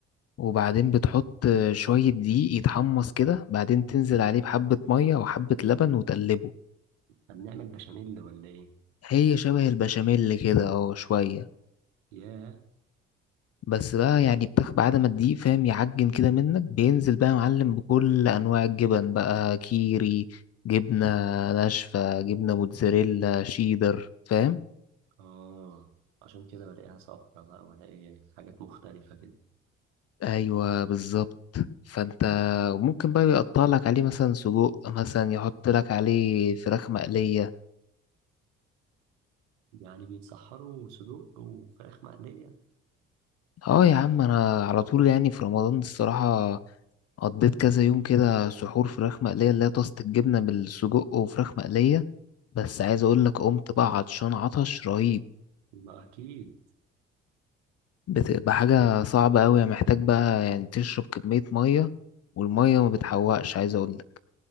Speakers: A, on the left; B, on the right.
A: وبعدين بتحط شوية دقيق يتحمص كده بعدين تنزل عليه بحبة مية وحبة لبن وتقلبه
B: هنعمل بشاميل ولا ايه
A: هي شبه البشاميل كده اه شوية
B: ياه
A: بس بقى يعني الفراخ بعد ما تديه فاهم يعجن كده منك بينزل بقى يا معلم بكل انواع الجبن بقى كيري جبنة ناشفة جبنة موتزاريلا شيدر فاهم
B: اه عشان كده بلاقيها صفرة بقى ولاقي حاجات مختلفة كده
A: ايوه بالظبط فانت ممكن بقى يقطع لك عليه مثلا سجق مثلا يحط لك عليه فراخ مقلية
B: يعني بيتسحروا صدوق وفراخ مقلية
A: اه يا عم انا على طول يعني في رمضان الصراحة قضيت كذا يوم كده سحور فراخ مقلية اللي هي طاسة الجبنة بالسجق وفراخ مقلية بس عايز اقول لك قمت بقى عطشان عطش رهيب
B: ما أكيد
A: بتبقى حاجة صعبة أوي يعني محتاج بقى يعني تشرب كمية مية والمية ما بتحوقش عايز اقول لك